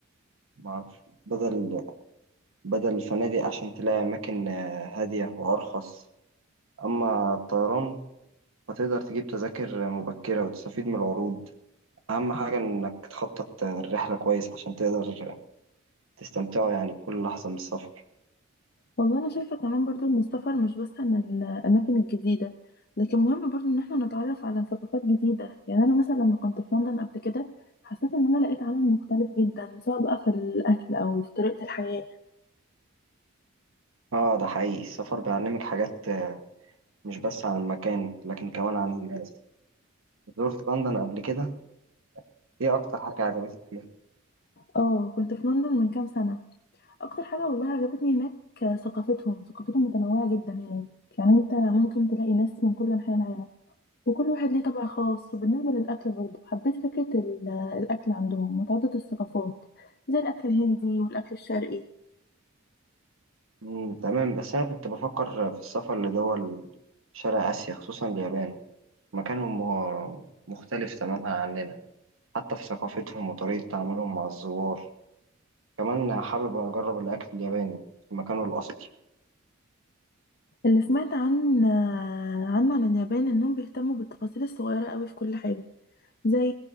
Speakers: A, on the right (about 70°); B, on the left (about 50°).
A: معرف بدل بدل الفنادق عشان تلاقي أماكن آه، هادية وأرخص أما الطيران فتقدر تجيب تذاكر مبكرة وتستفيد من العروض أهم حاجة إنك تخطط الرحلة كويس عشان تقدر تستمتعوا يعني بكل لحظة من السفر
B: والله انا شايفه كمان برضو ان السفر مش بس عن الاماكن الجديده لكن مهم برضو ان احنا نتعرف على ثقافات جديده يعني انا مثلا لما كنت في لندن قبل كده حسيت ان انا لقيت عالم مختلف جدا سواء بقى في الاكل او في طريقه الحياه
A: اه ده حقيقي السفر بيعلمك حاجات آه، مش بس عن المكان لكن كمان عن الناس زرت لندن قبل كده ايه اكتر حاجة عجبتك فيها
B: اه كنت في لندن من كام سنه اكتر حاجه والله عجبتني هناك ثقافتهم ثقافتهم متنوعه جدا هناك يعني انت ممكن تلاقي ناس من كل انحاء العالم وكل واحد ليه طبع خاص وبالنسبه للاكل برضو حبيت فكره ال- الاكل عندهم متعدد الثقافات زي الاكل الهندي والاكل الشرقي
A: مم تمام بس انا كنت بفكر في السفر لدول شرق اسيا خصوصا اليابان مكانهم آه، مختلف تماما عننا حتى في ثقافتهم وطريقة تعاملهم مع الزوار كمان حابب اجرب الاكل الياباني في مكانه الاصلي
B: اللي سمعت عن عنه عن اليابان انهم بيهتموا بالتفاصيل الصغيره قوي في كل حاجه زي